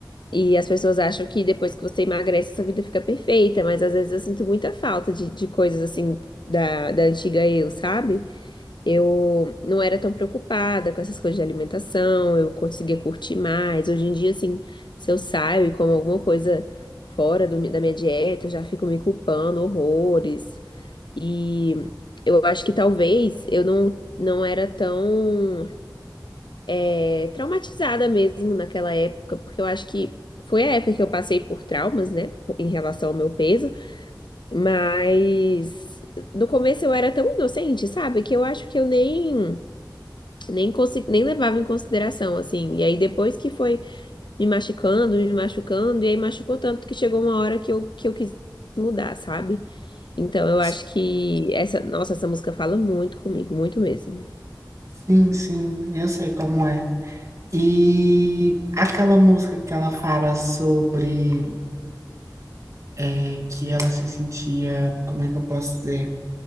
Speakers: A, on the left; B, on the right.
A: E as pessoas acham que depois que você emagrece, sua vida fica perfeita, mas às vezes eu sinto muita falta de, de coisas assim da, da antiga eu, sabe? Eu não era tão preocupada com essas coisas de alimentação, eu conseguia curtir mais. Hoje em dia, assim, se eu saio e como alguma coisa fora do mi- da minha dieta, eu já fico me culpando horrores. E eu acho que talvez eu não, não era tão é, traumatizada mesmo naquela época, porque eu acho que foi a época que eu passei por traumas, né, em relação ao meu peso, mas no começo eu era tão inocente, sabe, que eu acho que eu nem nem consegui, nem levava em consideração, assim. E aí depois que foi me machucando, me machucando, e aí machucou tanto que chegou uma hora que eu, que eu quis mudar, sabe? Então eu
B: S-
A: acho que essa, nossa, essa música fala muito comigo, muito mesmo.
B: Sim, sim, eu sei como é. E aquela música que ela fala sobre é, que ela se sentia, como é que eu posso dizer?